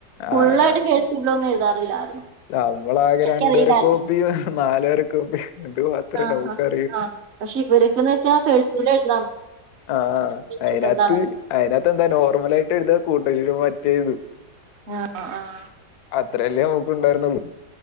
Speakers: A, on the right; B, on the left.
A: ഫുള്ളായിട്ട്
B: ആഹ്
A: കഴ്‌സീവിലൊന്നും എഴുതാറില്ലായിരുന്നു
B: നമ്മളാകെ
A: എനിക്കറിയില്ലായിരുന്നു
B: രണ്ട് വര കോപ്പിയും നാലുവര കോപ്പി അതു മാത്രേ
A: ആഹ്
B: നമുക്ക്
A: ആഹ്
B: അറിയൂ
A: ആഹ് പക്ഷെ ഇവരൊക്കന്ന് വെച്ചാ കഴ്‌സീവിൽ എഴുതണം
B: ആഹ് അതിനാത്ത്
A: നിർബന്ധാണ്
B: അതിനാത്തെന്താ മോർമലയിട്ട് എഴുതാ കൂട്ടക്ഷരം മറ്റേതു
A: ആഹ് ആഹ്
B: അത്രല്ലേ നമുക്ക് ഉണ്ടായിരുന്നുള്ളു